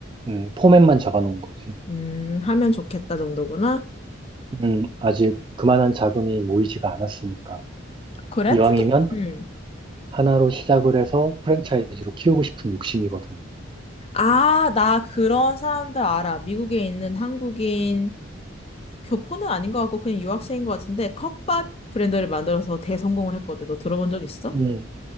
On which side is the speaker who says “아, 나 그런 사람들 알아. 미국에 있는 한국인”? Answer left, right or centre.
Left